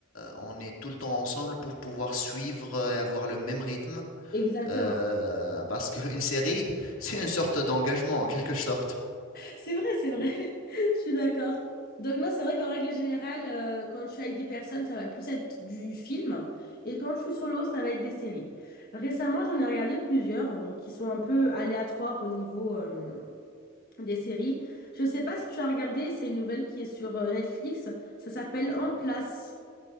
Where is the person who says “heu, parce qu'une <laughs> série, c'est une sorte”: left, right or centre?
Left